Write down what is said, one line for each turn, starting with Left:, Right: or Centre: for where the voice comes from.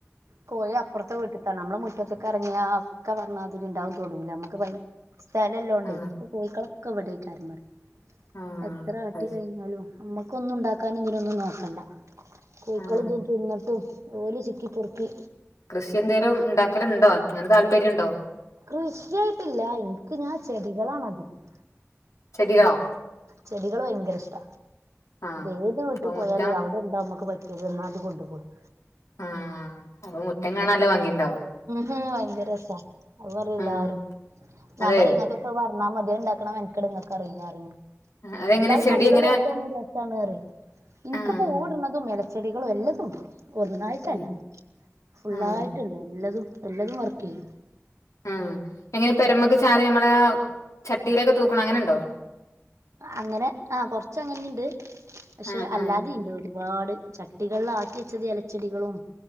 Right: പോയി അപ്പർത്തെ വീട്ടിത്താണ് അമ്മളെ മുറ്റത്തക്കെറങ്യാ ക്ക പർഞ്ഞാ തിര് ണ്ടാവും തൊടൂല് അമ്മക്ക് പൈ സ്ഥലല്ലോ ണ്ടേ
Left: ആഹ്
Right: കോയ്ക്കളൊക്കെ വിടേക്കാരപറിം
Left: ആഹ്
Right: എത്രാട്ടി
Left: അത് ശരി
Right: കയ്ഞ്ഞാലും അമ്മകൊന്നും ണ്ടാക്കാനും തിനൊന്നും നോക്കണ്ട കോഴക്കളുംത്
Left: ആഹ്
Right: തിന്നിട്ട് ഓല് ചിക്കി പൊർക്കി
Left: കൃഷി എന്തേലും ണ്ടാക്കല് ണ്ടോ അങ്ങനെ താല്പര്യം ണ്ടോ
Right: കൃശ്യായിട്ടില്ല എനിക്ക് ങ്ങനെ ചെടികളാണധികം
Left: ചെടികളോ
Right: ചെടികള് ഭയങ്കര ഇഷ്ട
Left: ആഹ്
Right: ഏത് വിട്ട്
Left: അപ്പൊ
Right: പോയാലും
Left: മുറ്റം
Right: അവിടെ ണ്ടോ അമ്മക്ക് പട്ട്യാത് ന്ന അത് കൊണ്ടുപോരും
Left: ആഹ് അപോ മുറ്റം കാണാല്ല ഭംഗിണ്ടാവും
Right: ഭയങ്കര സാ അത് പറ്യേല്ലാരും
Left: ആഹ്
Right: ഞാൻ
Left: അതെ
Right: പറിം ങ്ങക്കെ ങ്ങക് പറഞ്ഞാ മതി അഹ്ണ്ടാക്കണം മെൻകട് നങ്ങക്ക് അറീല റിം
Left: അതെങ്ങനെ
Right: എല്ലാരും
Left: ചെടി
Right: ഭയങ്കര
Left: എങ്ങനെ
Right: രസാണ് രസാണ്റിം ൻക്ക്
Left: ആഹ്
Right: പോവിട്ണതും എലച്ചെടികളും എല്ലതും ണ്ട് ഒന്നായിട്ടല്ല
Left: ഉം
Right: ഫുള്ളായിട്ട്ണ്ട്
Left: ആഹ്
Right: ല്ലതും എല്ലതും വർകെയ്യും
Left: മ് എങ്ങനെ പെരമെക്ക് ചാരി അമ്മള ചട്ടിലൊക്കെ തൂക്ക്ണെ അങ്ങനെണ്ടോ
Right: അങ്ങനെ ആഹ് കൊറച്ച് അങ്ങനേം ണ്ട് പക്ഷെ
Left: ആഹ്
Right: അല്ലാതെയുണ്ട്
Left: ആഹ്
Right: ഒരുപാട് ചട്ടികളിലാക്കി വെച്ചത് ഇലച്ചെടികളും